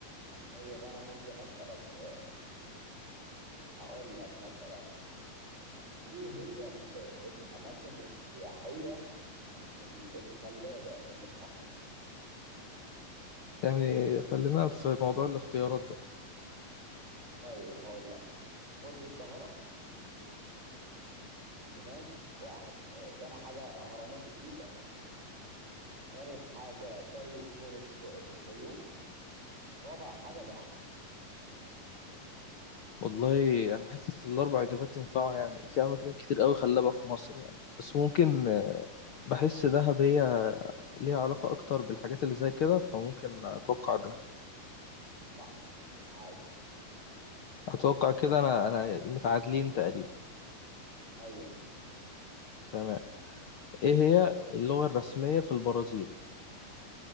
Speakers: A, on the right; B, on the left.
A: طيب انا ممكن اسالك سؤال هقول لك مثلا ايه هي ال- الاماكن السياحيه ال- الخلابه اللي في مصر
B: يعني خلينا في موضوع الاختيارات ده
A: طيب هقول لك برج القاهره تمام واحد آه، تاني حاجه اهرامات الجيزه تالت حاجه قريه تونس في الفيوم رابع حاجه دهب
B: والله انا حاسس الاربع اجابات ينفعوا يعني في اماكن كتير قوي خلابه في مصر يعني بس ممكن آه، بحس دهب هي ليها علاقه اكتر بالحاجات اللي زي كده فممكن اتوقع ده
A: صح عايش
B: اتوقع كده انا انا متعادلين تقريبا
A: ايوه
B: تمام ايه هي اللغه الرسميه في البرازيل